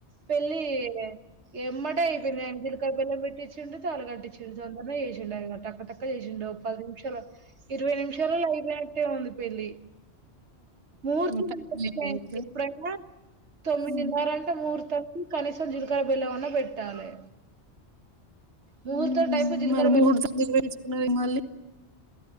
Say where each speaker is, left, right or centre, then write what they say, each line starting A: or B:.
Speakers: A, on the right; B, on the right.
A: పెళ్లిి ఎమ్మాట అయిపోయింది జిలకర బెల్లం పెట్టించిండు తాలి గట్టిఇచ్చిండు తొందరగా చేసిండడి ఐగంట అక్కడటక్క చేసిండడు ఒక పది నిమిషాలు ఇరవై నిమిషాలలో అయిపోయినట్టే ఉంది పెళ్ళి మూర్తి
B: టైం అయిపోయిందిగా
A: ఎప్పుడైనా తొమ్మిదిన్నర
B: హ్మ్.
A: అంటే మూర్ తమ్ కనీసం జీలకర బిల్లవన్న పెట్టాలే ముహూర్తం
B: ఉమ్
A: టైంకి జీలకర్ర
B: మరి
A: బెల్లం
B: మూర్తం ఎందుకు పెట్టించుకున్నారు మళ్ళీ